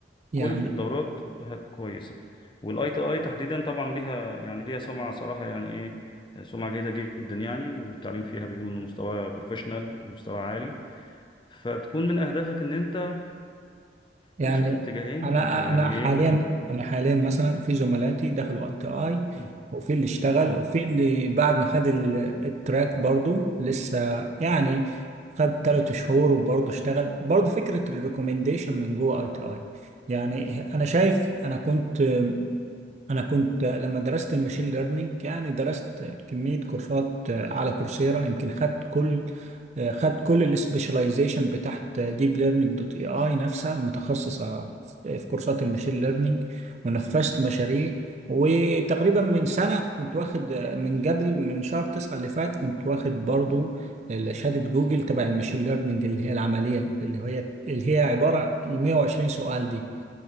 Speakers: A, on the right; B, on the left.
A: يعني
B: كل الدورات ه- كويسة والاي تي اي تحديدا طبعا ليها يعني ليها سمعة صراحة يعني ايه سمعة جيدة جدا يعني والتعليم فيها بيقولوا انه مستوى بروفيشنال مستوى عالي فتكون من اهدافك ان انت
A: يعني
B: تمشي في اتجاهين
A: انا
B: ما ت- يعني
A: انا
B: ايه
A: حاليا
B: ما تمشي
A: انا حاليا مثلا في زملاتي دخلوا اي تي اي
B: مم.
A: وفي اللي اشتغل
B: مم.
A: وفي اللي بعد ما خد ال- التراك برضو لسه يعني خد ثلاث شهور وبرضه اشتغل برضه فكرة الريكومنديشن من جوه اي تي اي يعني انا شايف انا كنت انا كنت لما درست الماشين ليرنينج يعني درست كمية كورسات على كورسيرا يمكن خدت كل خدت كل السبيشاليزيشن بتاعت ديب ليرنينج دوت اي اي نفسها المتخصصة في كورسات الماشين ليرنينج ونفذت مشاريع وتقريبا من سنة كنت واخد من قبل من شهر تسعة اللي فات كنت واخد برضو شهادة جوجل تبع الماشين ليرنينج اللي هي العملية اللي هي اللي هي عبارة ال 120 سؤال دي